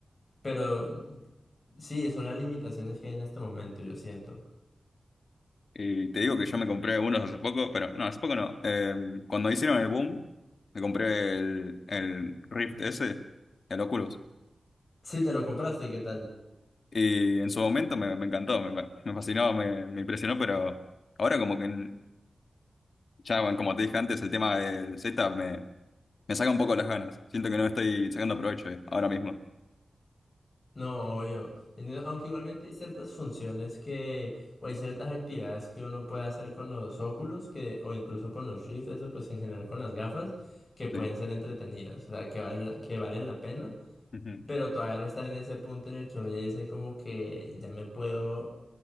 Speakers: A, on the left; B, on the left.
A: pero sí, son las limitaciones que hay en este momento, yo siento.
B: Y te digo que yo me compré unos hace poco, pero no, hace poco no. Eh, cuando hicieron el boom, me compré el, el Rift S, el Oculus.
A: Sí, te lo compraste, ¿qué tal?
B: Y en su momento me, me encantó, me, me fascinó, me, me impresionó, pero ahora como que ya, bueno, como te dije antes, el tema del setup Me saca un poco las ganas. Siento que no estoy sacando provecho eh, ahora mismo.
A: No, obvio. Entiendo, Aunque igualmente hay ciertas funciones que, o hay ciertas actividades que uno puede hacer con los óculos, que, o incluso con los Rift, eso pues en general con las gafas, que pueden
B: Sí.
A: ser entretenidas, o sea, que valen la, que valen la pena,
B: Ujú.
A: pero todavía no están en ese punto en el que uno ya dice como que ya me puedo